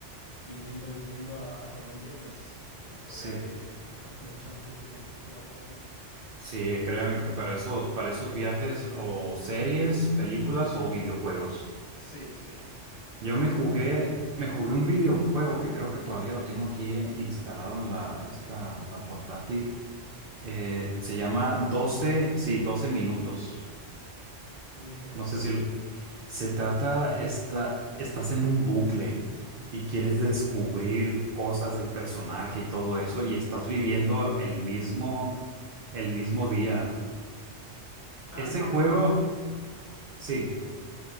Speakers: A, on the left; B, on the right.
A: viniendo y yendo a, a Colombia, pues las podría
B: sí.
A: haber <laughs> aprovechado un poco con, con algo así.
B: Sí, créeme que para esos, para esos viajes o series, películas o videojuegos.
A: Sí, sí, no
B: Yo
A: hay
B: me
A: otra.
B: jugué, me jugué un videojuego que creo que todavía lo tengo aquí eh, instalado en la, esta, la portátil. Eh, se llama doce sí, doce minutos.
A: ¿Y de qué trata?
B: No sé si lo- se trata, esta, estás en un bucle y quieres descubrir cosas del personaje y todo eso y estás viviendo el mismo, el mismo día.
A: Ah,
B: Ese
A: me recuerda,
B: juego, sí.